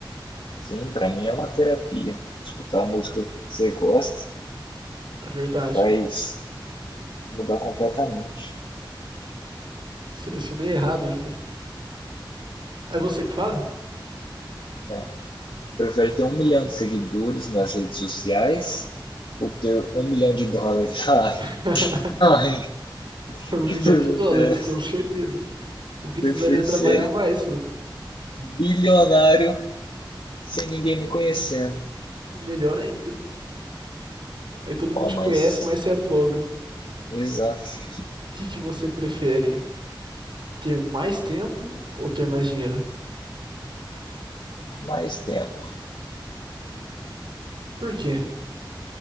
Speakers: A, on the left (about 85°); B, on the right (about 65°).
A: Sim, para mim é uma terapia. Escutar a música que você gosta
B: É verdade.
A: faz mudar completamente.
B: Selecionei errado ainda. É você que fala?
A: É. Prefere ter um milhão de seguidores nas redes sociais ou ter um milhão de dólares? <laughs> Ai,
B: <laughs>
A: ai,
B: Um
A: que
B: milhão
A: pergunta
B: de dólares,
A: é essa?
B: com certeza. Não precisaria
A: Prefiro
B: trabalhar
A: ser
B: mais
A: bilionário sem ninguém me conhecendo.
B: Melhor ainda. Aí todo
A: Bom,
B: mundo te
A: mas
B: conhece, mas você é pobre. O
A: Exato.
B: que que você prefere? Ter mais tempo ou ter mais dinheiro?
A: Mais tempo.
B: Por quê?